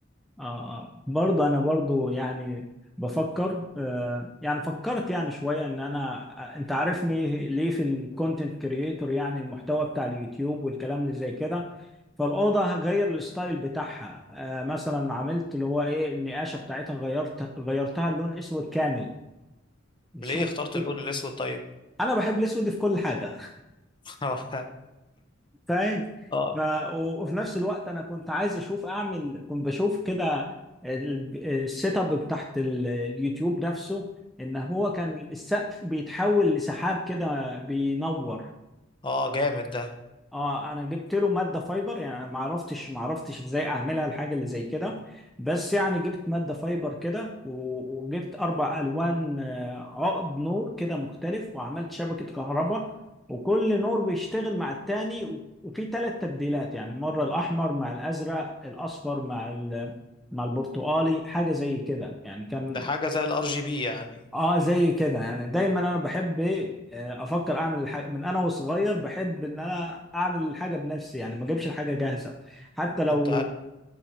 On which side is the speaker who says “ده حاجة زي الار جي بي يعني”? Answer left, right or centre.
Left